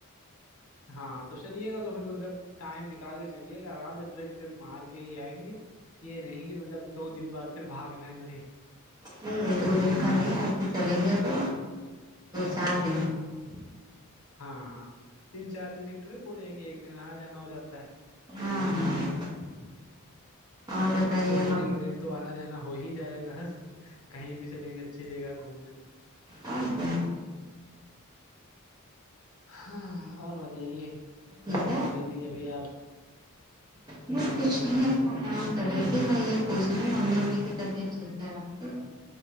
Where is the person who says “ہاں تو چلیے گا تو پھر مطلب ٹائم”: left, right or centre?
Left